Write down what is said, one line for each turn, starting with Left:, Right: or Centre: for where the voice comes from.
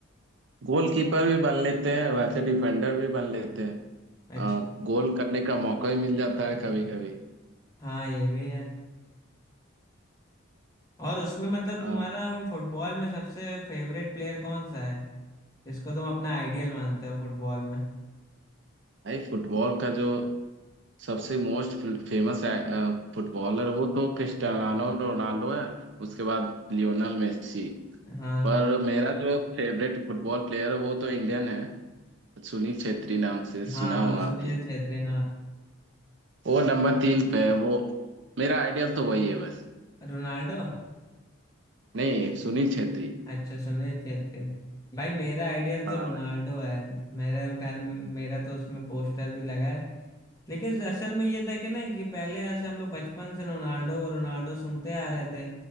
Right: गोलकीपर भी बन लेते हैं वैसे डिफेंडर भी बन लेते हैं
Left: अच्छा
Right: आ, गोल करने का मौका भी मिल जाता है कभी कभी
Left: हाँ ये भी है और उसमें मतलब
Right: हाँ
Left: तुम्हारा उन फुटबॉल में सबसे फेवरेट प्लेयर कौन सा है जिसको तुम अपना आइडियल मानते हो फुटबॉल में
Right: भाई फुटबॉल का जो सबसे मोस्ट फेमस फुटबॉलर वो तो क्रिस्टियानो रोनाल्डो है उसके बाद लियोनल मेसी
Left: हाँ
Right: पर मेरा जो फेवरेट फुटबॉल प्लेयर है वो तो इंडियन है सुनील छेत्री नाम से
Left: हाँ
Right: सुना
Left: हाँ
Right: होगा
Left: सुनील
Right: आपने
Left: छेत्री हाँ
Right: वो नंबर तीन पे है वो मेरा आइडियल तो वही है बस
Left: रोनाल्डो
Right: नहीं सुनील छेत्री
Left: अच्छा सुनील छेत्री भाई मेरा आइडियल तो
Right: हाँ
Left: रोनाल्डो
Right: भाई
Left: है मेरे घर मेरा तो उसमें पोस्टर भी लगा है लेकिन असल में ये था कि ना कि पहले ऐसे हम लोग बचपन से रोनाल्डो रोनाल्डो सुनते आ रहे थे